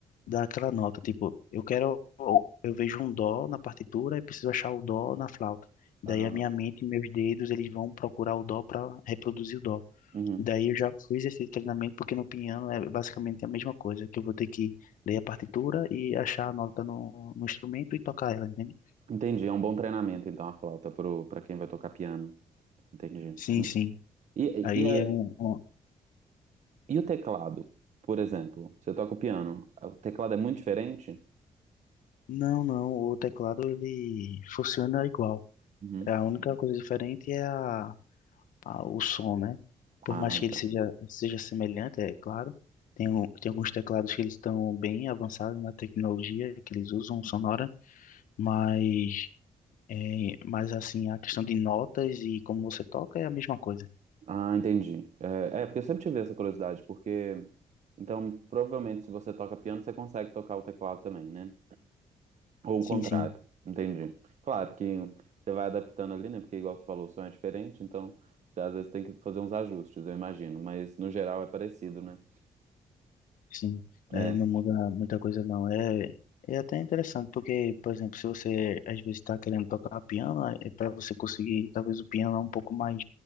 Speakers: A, on the left (about 75°); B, on the right (about 60°).
A: daquela nota. Tipo, eu quero, eu vejo um dó na partitura e preciso achar o dó na flauta. Daí
B: Ah,
A: a minha mente
B: tá.
A: e meus dedos, eles vão procurar o dó para reproduzir o dó.
B: Uhum.
A: Daí eu já fiz esse treinamento porque no piano é basicamente a mesma coisa, que eu vou ter que ler a partitura e achar a nota no, no instrumento e tocar ela, entende?
B: Entendi, é um bom treinamento, então, a flauta pro, pra quem vai tocar piano. Entendi.
A: Sim, sim.
B: E, e,
A: Aí
B: e,
A: é um, um-
B: e o teclado, por exemplo? Você toca o piano, o teclado é muito diferente?
A: Não, não, o teclado ele funciona igual.
B: Uhum.
A: É A única coisa diferente é a, a- o som, né? Por
B: Ah,
A: mais que ele
B: tá.
A: seja, seja semelhante, é claro. Tem, um- tem alguns teclados que eles estão bem avançados na tecnologia que eles usam sonora, mas É, mas assim, a questão de notas e como você toca é a mesma coisa.
B: Ah, entendi. É, é, porque eu sempre tive essa curiosidade, porque então provavelmente se você toca piano, você consegue tocar o teclado também, né? Ou
A: Sim,
B: o contrário.
A: sim,
B: Entendi. Claro que você vai adaptando ali, né? Porque igual você falou, o som é diferente, então você, às vezes tem que fazer uns ajustes, eu imagino, mas no geral é parecido, né?
A: sim. É,
B: É.
A: não muda muita coisa não. É, é até interessante, porque, por exemplo, se você às vezes está querendo tocar piano, é para você conseguir, talvez o piano é um pouco mais